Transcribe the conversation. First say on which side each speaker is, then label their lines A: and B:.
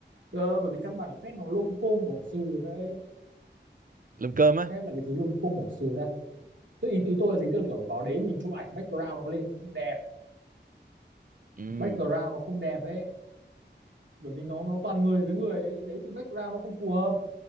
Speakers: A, on the right (about 85°); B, on the right (about 50°).
A: ờ, bởi vì căn bản là phép nó lôm côm bỏ sừ đấy
B: Lùm cơm á
A: phép là cái thứ lôm côm bỏ sừ ra tôi ý, ý tôi là gì tôi kiểu vào đấy mình chụp ảnh background nó lên nó không đẹp
B: ừ.
A: background nó không đẹp ấy bởi vì nó nó toàn người với người đấy đấy thì background nó không phù hợp